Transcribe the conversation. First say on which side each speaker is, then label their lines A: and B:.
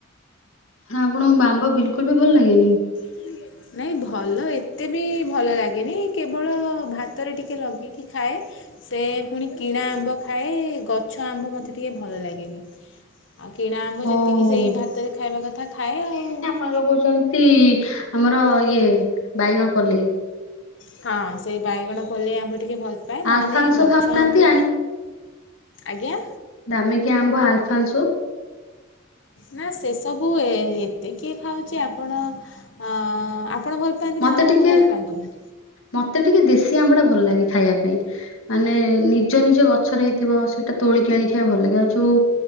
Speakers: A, on the left (about 80°); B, on the left (about 65°).
A: ହାଁ ଆପଣଙ୍କୁ ଆମ୍ବ ବିଲକୁଲ ବି ଭଲ ଲାଗେନି?
B: <unintelligible> ନାଇଁ ଭଲ ଏତେ ବି ଭଲ ଲାଗେନି କେବଳ ଭାତରେ ଟିକେ ଲଗେଇକି ଖାଏ। ସେ ପୁଣି କିଣା ଆମ୍ବ ଖାଏ ଗଛ ଆମ୍ବ ମତେ ଟିକେ ଭଲ ଲାଗେନି। ଆଉ କିଣା ଆମ୍ବ ଯେତିକି
A: ଓହୋ
B: ସେଇ ଭାତରେ ଖାଇବା କଥା ଖାଏ ଆଉ।
A: ଆମର କହୁଚନ୍ତି ଆମର ଇଏ ବାଇଗଣ ପଲ୍ଲେଇ
B: ହଁ ସେଇ ବାଇଗଣ ପଲେଇ ଆମ୍ବ ଟିକେ ଭଲ ପାଏ ନହେଲେ
A: ଆଲଫାନ୍ସୋ
B: ଗଛ
A: ଖାଉନାହାନ୍ତି
B: ଆମ୍ବ ଆଜ୍ଞା।
A: ଦାମୀ କିଆ ଆମ୍ବ ଆଲଫାନ୍ସୁ
B: ନା ସେ ସବୁ ଏତେ କିିଏ ଖାଉଚି ଆପଣ ଅ ଆପଣ ଭଲ ପାଆନ୍ତି
A: ମତେ
B: ନା ଆମ୍ଭକୁ
A: ଟିକେ
B: ଭଲ ପାଆନ୍ତିନି?
A: ମତେ ଟିକେ ଦେଶୀ ଆମ୍ବ ଟା ଭଲ ଲାଗେ ଖାଇବା ପାଇଁ। ମାନେ ନିଜ ନିଜ ଗଛରେ ହେଇଥିବ ସେଇଟା ତୋଳିକି ଆଣି ଖାଇବା ଭଲ ଲାଗେ ଆଉ ଯୋଉ